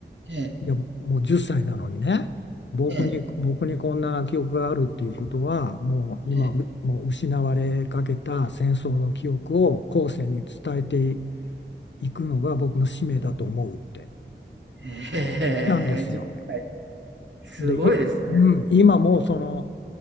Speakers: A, on the right; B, on the left.
A: ええ、
B: いや、もう10歳なのにね、僕に、
A: ええ、
B: 僕にこんな記憶があるっていうことは、もう今、
A: ええ、ええ、
B: うもう失われかけた戦争の記憶を後世に伝えていくのが僕の使命だと思うって
A: へえ。
B: 言ったんですよ。
A: じゅっさいすごいですね。
B: で、いうん、今もその